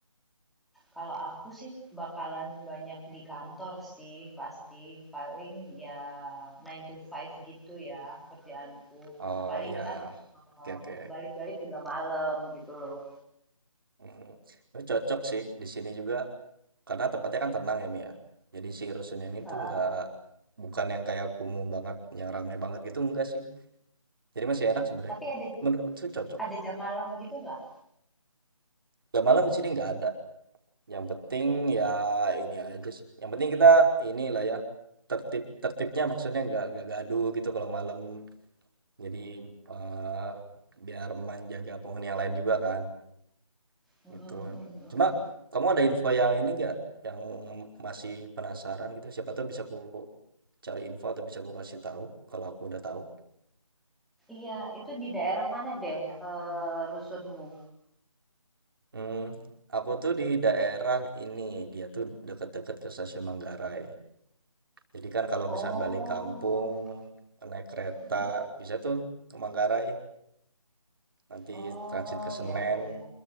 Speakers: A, in the centre; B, on the right.
A: Kalau aku sih bakalan banyak di kantor sih, pasti. Paling ya nine to five gitu ya kerjaanku.
B: oh
A: Paling
B: ya
A: ntar eh,
B: oke oke
A: balik-balik udah malam gitu loh.
B: Hmm, tapi cocok sih di sini juga karena tempatnya kan tenang ya Mi ya jadi si rusun ini
A: Heeh.
B: tuh nggak bukan yang kayak kumuh banget yang ramai banget gitu enggak sih jadi masih enak sebenarnya
A: Tapi ada
B: menurut saya cocok
A: ada jam malam gitu nggak?
B: Gak malam di sini nggak ada Yang penting ya ini aja sih, yang penting kita inilah ya, tertib tertibnya maksudnya nggak nggak gaduh gitu kalau malam. Jadi, eee, biar menjaga penghuni yang lain juga kan,
A: Mm-mm,
B: gitu.
A: mm-mm.
B: Cuma kamu ada info yang ini nggak, yang masih penasaran gitu? Siapa tuh bisa ku cari info atau bisa ku kasih tahu kalau aku udah tahu.
A: Iya, itu di daerah mana deh eh, rusunmu?
B: hmm aku tuh di daerah ini, dia tuh deket-deket ke Stasiun Manggarai. Jadi kan kalau
A: Oh,
B: misalnya balik kampung, naik kereta,
A: Hmm.
B: bisa tuh ke Manggarai, nanti
A: Oh,
B: transit ke Senen,
A: ya ya ya.